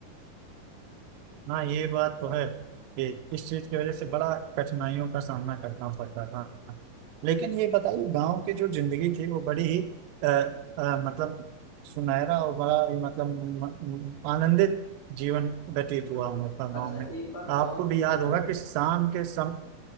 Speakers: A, on the right (about 80°); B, on the left (about 40°).
A: हाँ ये बात तो है कि इस चीज की वजह से बड़ा कठिनाइयों का सामना करना पड़ता था लेकिन ये बताइए गांव की जो जिंदगी थी वो बड़ी ही अ, अ, मतलब सुनहरा और बड़ा ही मतलब म- म- आनंदित जीवन व्यतीत हुआ
B: बिल्कुल।
A: हम लोग का गाँव
B: अच्छा
A: में
B: एक बात
A: आपको
B: और
A: भी
B: भी
A: याद
B: है यार
A: होगा कि शाम
B: हाँ,
A: के सम